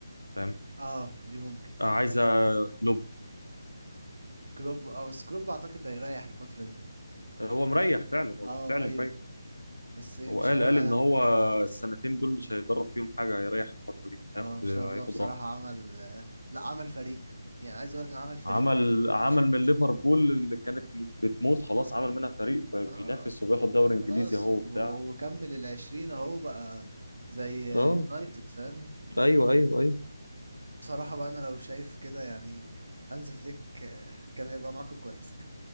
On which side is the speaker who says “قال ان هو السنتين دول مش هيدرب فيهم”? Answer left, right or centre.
Left